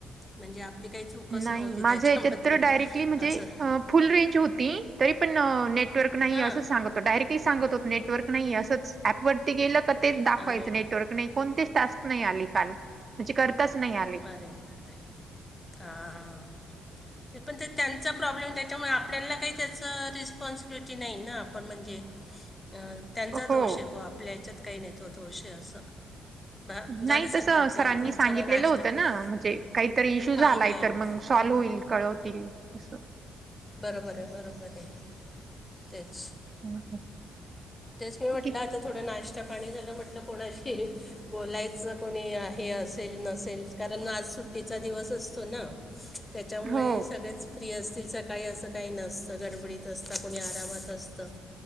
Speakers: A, on the left; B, on the right.
A: म्हणजे आपली काही चूकच
B: नाही
A: नव्हती
B: माझ्या
A: त्याच्यामध्ये
B: याच्यात तर डायरेक्टली म्हणजे
A: असं
B: अ, फुल रेंज होती तरी पण नेटवर्क नाही
A: हां
B: असं सांगत तो डायरेक्टली सांगत होतो नेटवर्क नाही असच ऍपवररती गेलं का तेच दावायचं
A: अरे वा
B: नेटवर्क नाही. कोणतेच तास्क नाही आली काल म्हणजे करताच नाही आला
A: हरे कते हा हां ते पण ते त्यांचा प्रॉब्लेम त्याच्यामुळे आपल्याला काही त्याचं रिस्पॉन्सिबिलिटी नाही ना आपण म्हणजे अं त्यांचा
B: हो
A: दोष आहे व आपल्या ह्याच्यात काही नाही तो दोष आहे असं झालं
B: नाही
A: सकाळचं
B: तसं सरांनी
A: आवरून
B: सांगितलेलं
A: सगळं नाश्ता
B: होतं म्हणजे
A: पण
B: काहीतरी इशू
A: हां
B: झालाय
A: हां
B: तर मग सॉल्व होईल कळवतील अस
A: बरोंबर आहे बरोबर आहे तेच
B: <inaudible>
A: तेच मी म्हटलं
B: की
A: आता थोडं नाश्ता पाणी झालं. म्हटलं कोणाशी बोलायचं कोणी हे असेल नसेल कारण आज सुट्टीचा दिवस असतो ना त्याच्यामुळे
B: हो
A: सगळेच फ्री असतील सकाळी असं काही नसतं गडबडीत असतात कोणी आरामात असतं